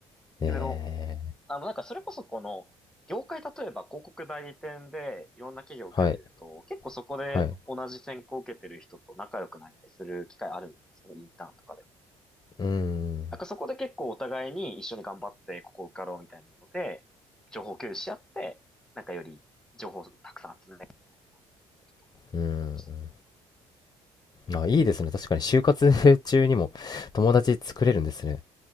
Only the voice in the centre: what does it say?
いろいろあの、なんかそれこそこの、業界例えば広告代理店でいろんな企業を受けてると、
結構そこで同じ選考を受けてる人と仲良くなれたりする機会あるんですよね、
インターンとかでも。
なんかそこで結構お互いに一緒に頑張ってここ受かろうみたいなので、情報共有し合って、なんかより情報をたくさん集めることとかをやってました。